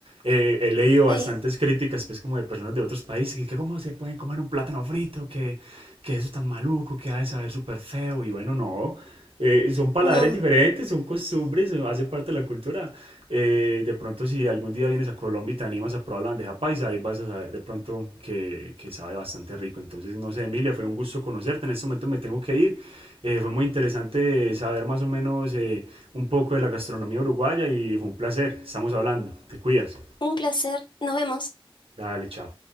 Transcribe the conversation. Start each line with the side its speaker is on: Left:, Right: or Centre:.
Right: Eh, he leído bastantes
Left: Sí,
Right: críticas pues como de personas de otros países, que cómo se pueden comer un plátano frito, que, que eso tan maluco, que ha de saber súper feo, y bueno, no, eh, son paladares
Left: no.
Right: diferentes, son costumbres, eh, hace parte de la cultura. Eh, de pronto, si algún día vienes a Colombia y te animas a probar la bandeja paisa, ahí vas a saber de pronto que, que sabe bastante rico. Entonces, no sé, Emilia, fue un gusto conocerte. En este momento me tengo que ir. Eh, fue muy interesante saber más o menos eh, un poco de la gastronomía uruguaya y fue un placer. Estamos hablando. Te cuidas.
Left: Un placer, nos vemos.
Right: Dale, chao.